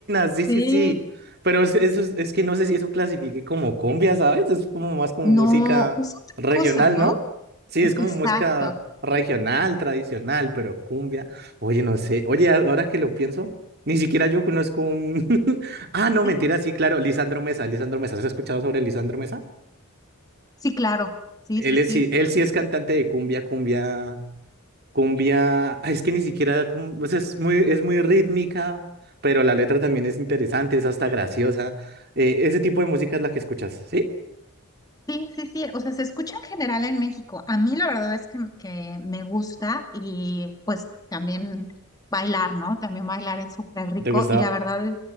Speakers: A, on the right; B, on the left.
A: sí,
B: Sí.
A: sí, sí. sí. Pero es, eso es, es que no sé si eso clasifique como cumbia, ¿sabes? Es como más como
B: No,
A: música
B: es otra
A: regional,
B: cosa, ¿no?
A: ¿no? Sí, es como
B: Exacto.
A: música regional, tradicional, pero cumbia. Oye, no sé. Oye, a- ahora que lo pienso, ni siquiera yo conozco un. <laughs> Ah, no,
B: <laughs>
A: mentira, sí, claro, Lisandro Mesa, Lisandro Mesa. ¿Has escuchado sobre Lisandro Mesa?
B: Sí, claro, sí,
A: Él
B: sí, sí.
A: es, sí- él sí es cantante de cumbia, cumbia. Cumbia, ay, es que ni siquiera, cum- o sea, es muy, es muy rítmica, pero la letra también es interesante, es hasta graciosa. Eh, ese tipo de música es la que escuchas, ¿sí?
B: Sí, sí, sí, o sea, se escucha en general en México. A mí la verdad es que, que me gusta y pues también bailar, ¿no? También bailar es súper rico
A: ¿Te gusta?
B: y la verdad es,